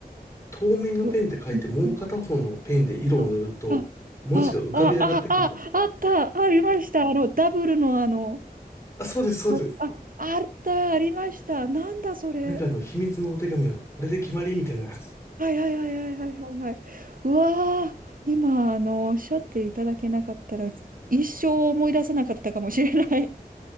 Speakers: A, on the left; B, on the right.
A: 透明のペンって書いて、
B: よ、
A: もう片方のペンで色を塗ると、
B: うんあ、あ、
A: 文字が浮かび上がってくる。
B: あ、あ、あ、あ、あった、ありました。あの、ダブルのあの、
A: あ、そうです、そうです。
B: あ、ああった、ありました。なんだそれ。
A: なんかあの、秘密のお手紙は、これで決まりみたいな。
B: はいはいはいはいはいはいはい。うわー、今、あの、おっしゃっていただけなかったら、一生思い出せなかったかもしれない。